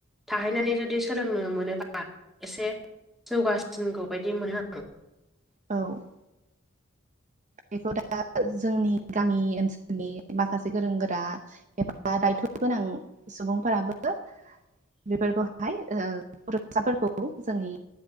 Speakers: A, in the centre; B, on the right.
A: थाहैनानै जुदि सोलोंनो मोनोब्ला एसे जौगासिनगौ बायदि मोनो आं।
B: औ बेखौ दा जोंनि गामि ओनसोलनि माखासे गोरों गोरा एबा दायथ' गोनां सुबुंफोराबो बेफोरखौहाय ओ फ'रायसाफोरखौ जोंनि